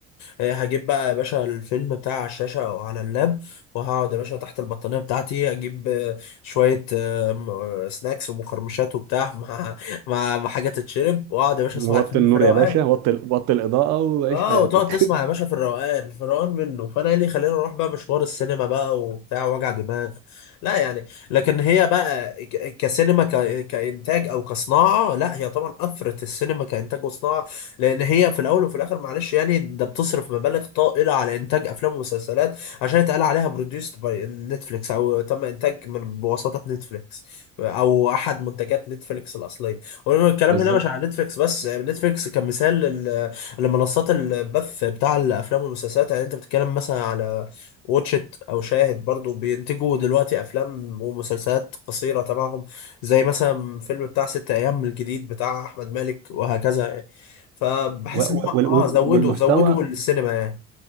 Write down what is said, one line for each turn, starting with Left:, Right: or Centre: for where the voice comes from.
Left: آه، هجيب بقى يا باشا الفيلم بتاع على الشاشه او على اللاب وهقعد يا باشا تحت البطانيه بتاعتي اجيب آه، شويه آه، م- آه، سناكس ومقرمشات وبتاع مع مع مع حاجات تتشرب واقعد يا باشا اسمع
Right: وطي
Left: الفيلم
Right: النور
Left: في الروقان
Right: يا باشا وطي وطي الاضاءه وعيش
Left: اه
Right: حياتك
Left: وتقعد تسمع يا باشا في الروقان في الروقان منه فانا ايه اللي يخليني اروح بقى مشوار السينما بقى وبتاع وجع دماغ لا يعني لكن هي بقى ك- كسينما ك- كانتاج او كصناعه لا هي طبعا افرت السينما كانتاج وصناعه لان هي في الاول وفي الاخر معلش يعني ده بتصرف مبالغ طائله على انتاج افلام ومسلسلات عشان يتقال عليها بروديوست باي نتفليكس او تم انتاج من بواسطه نتفليكس او احد منتجات نتفليكس الاصليه والكلام
Right: <laughs> بالظبط
Left: هنا مش على نتفليكس بس يعني نتفليكس كمثال لمنصات البث بتاع الافلام والمسلسلات يعني انت بتتكلم مثلا على واتشت او شاهد برضو بينتجوا دلوقتي افلام ومسلسلات قصيره تبعهم زي مثلا فيلم بتاع ست ايام الجديد بتاع احمد مالك وهكذا يعني فبحس
Right: و-
Left: ان
Right: و-
Left: هم
Right: وال-
Left: اه
Right: وال-
Left: زودوا
Right: والمحتوى
Left: زودوا السينما يعني